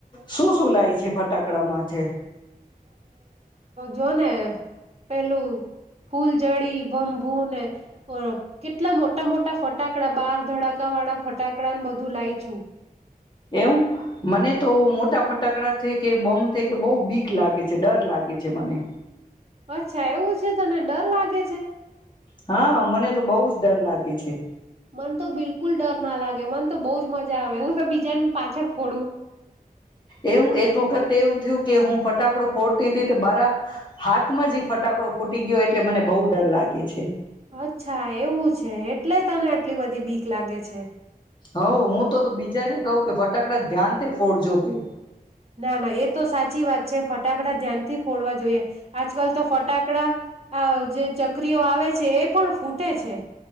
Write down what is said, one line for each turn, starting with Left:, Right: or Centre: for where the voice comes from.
Left: શું-શું લાય છે ફટાકડામાંથે
Right: જો ને પેલું ફૂલ જડી ભમભુ ને કેટલા મોટા-મોટા ફટાકડા બાર ધડાકા વાળા ફટાકડાને બધું લાય છું.
Left: એમ મને તો મોટા ફટાકડા થ કે બોમ થ કે બહુ બીક લાગે છે ડર લાગે છે મને.
Right: અચ્છા એવું છે તને ડર લાગે છે.
Left: હા મને તો બહુ જ ડર લાગે છે.
Right: મન તો બિલકુલ ડર ના લાગે મન તો બઉ જ મજા આવે હું તો બીજાનું પાછળ ફોડું
Left: એવું એક વખત એવું થયું કે હું ફટાકડો ફોડતી હતી તો મારા હાથમાં જ ફટાકડો ફૂટી ગયો એટલે મને બહુ ડર લાગે છે.
Right: અચ્છા એવું છે. એટલે તને એટલી બધી બીક લાગે છે.
Left: હ હું તો બીજાને કવ કે ફટાકડા ધ્યાન તે ફોડ જો કે
Right: ના-ના એ તો સાચી વાત છે ફટાકડા ધ્યાનથી ફોડવા જોઈએ આજ આજકાલ તો ફટાકડા જે ચકરીઓ આવે છે એ પણ ફૂ ટે છે.